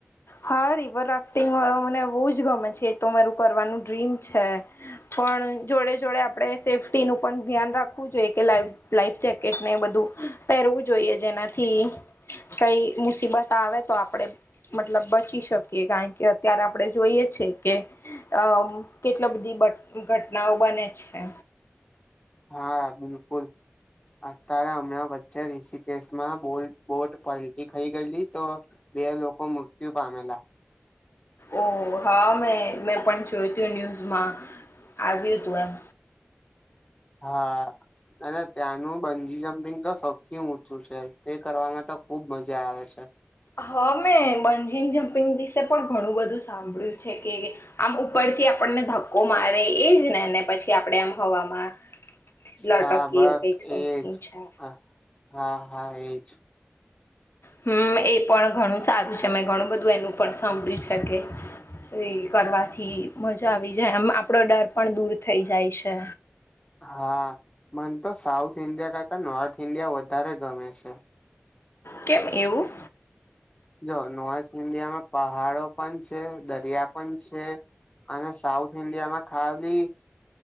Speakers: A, on the left (about 70°); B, on the left (about 25°).
A: હા રિવર રાફ્ટિંગ મને બહુ જ ગમે છે એ તો મારું કરવાનું ડ્રીમ છે. પણ જોડે જોડે આપણે સેફ્ટીનું પણ ધ્યાન રાખવું જોઈએ કે લાઈફ લાઈફ જેકેટને બધું પહેરવું જોઈએ જેનાથી કઈ મુસીબત આવે તો આપડે મતલબ બચી શકીએ કારણ કે અત્યારે આપણે જોઈએ છે કે અ કેટલી બધી ઘટનાઓ બને છે.
B: હા બિલકુલ અત્યારે હમણાં વચ્ચે રીસી કેસમાં બોલટ પલટી ખાઈ ગયેલી તો બે લોકો મૃત્યુ પામેલા
A: ઓ હા મેં મેં પણ જોયું તું ન્યૂઝમાં આવ્યું તું એમ
B: હા અને ત્યાંનું બંજી જમ્પિંગ તો સૌથી ઊંચું છે તે કરવામાં તો ખુબ મજા આવે છે.
A: હા મેં બંજી જમ્પિંગ વિશે પણ ઘણું બધું સાંભળ્યું છે કે આમ ઉપર પછી આપણને ધક્કો મારે એજ ને અને પછી આપણેે એમ હવામાં લટકીએ
B: હા બસ
A: એવું કઈક સમથિંગ
B: એજ
A: છે.
B: હા હા હા એજ
A: હમ એ પણ ઘણું સારું છે મેં ઘણું બધું એનું પણ સાંભળ્યું છે કે એ કરવાથી મજા આવી જાય આમ આપડો ડર પણ દૂર થઈ જાય છે.
B: હા મને તો સાઉથ ઈન્ડિયા કરતા નોર્થ ઇન્ડિયા વધારે ગમે છે.
A: કેમ એવું
B: જો નોર્થ ઇન્ડિયામાં પહાડો પણ છે દરિયા પણ છે. અને સાઉથ ઇન્ડિયામાં ખાલી